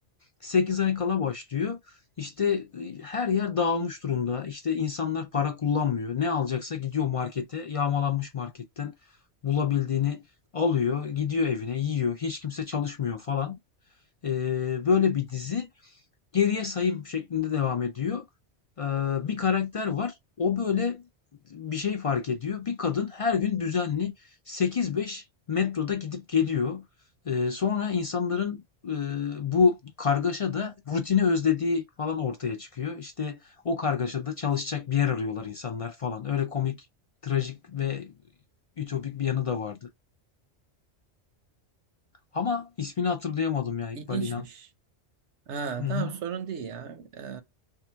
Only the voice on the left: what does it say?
8 ay kala başlıyor. İşte e, her yer dağılmış durumda. İşte insanlar para kullanmıyor. Ne alacaksa gidiyor markete, yağmalanmış marketten bulabildiğini alıyor, gidiyor evine, yiyor. Hiç kimse çalışmıyor falan. Ee, böyle bir dizi geriye sayım şeklinde devam ediyor. Ee, bir karakter var. O böyle bir şey fark ediyor. Bir kadın her gün düzenli sekiz beş metroda gidip geliyor. Ee, sonra insanların e, bu kargaşada rutini özlediği falan ortaya çıkıyor. İşte o kargaşada çalışacak bir yer arıyorlar insanlar falan. Öyle komik, trajik ve ütopik bir yanı da vardı. Ama ismini hatırlayamadım ya İkbal
İnan.
Hı hı.